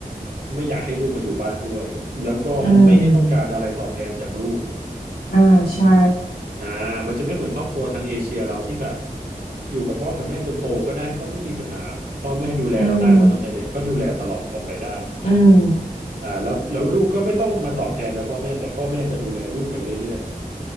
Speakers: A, on the right; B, on the left.
A: ไม่อยากให้ลูกมาอยู่บ้านด้วยแล้วก็ไม่ได้ต้องการอะไรตอบแทนจากลูก
B: อืมอ่าใช่
A: อ่ามันจะไม่เหมือนครอบครัวทางเอเชียเราที่แบบอยู่กับพ่อกับแม่จนโตก็ได้ก็ไม่มีปัญหาพ่อแม่ดูแลเราได้มาตั้งแต่เด็กก็ดูแลตลอดต่อไปได้
B: อืมอืม
A: อ่าแล้วแล้วลูกก็ไม่ต้องมาตอบแทนอะไรพ่อแม่แต่พ่อแม่จะดูแลลูกไปเรื่อย